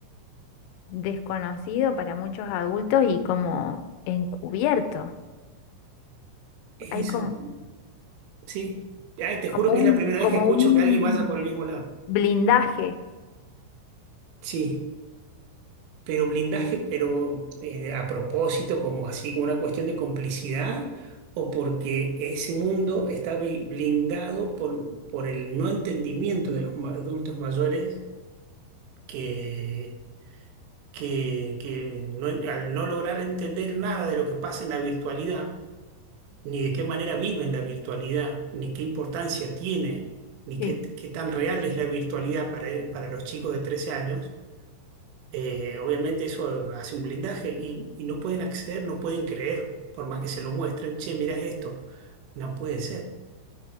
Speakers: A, on the left; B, on the right.
A: desconocido para muchos adultos y como encubierto.
B: es
A: Hay como,
B: eso, sí. Ay, te juro
A: como
B: que es
A: un,
B: la primera
A: como
B: vez que escucho
A: un
B: que alguien vaya por el mismo lado.
A: Blindaje.
B: Sí, pero blindaje, pero eh, a propósito, como así, como una cuestión de complicidad, o porque ese mundo está bi- blindado por, por el no entendimiento de los ma- adultos mayores que, que, que no- al no lograr entender nada de lo que pasa en la virtualidad, ni de qué manera viven la virtualidad, ni qué importancia tiene, ni
A: Sí.
B: qué, qué tan real es la virtualidad para, para los chicos de 13 años eh, obviamente eso hace un blindaje y, y no pueden acceder, no pueden creer, por más que se lo muestren, che, mirá esto, no puede ser,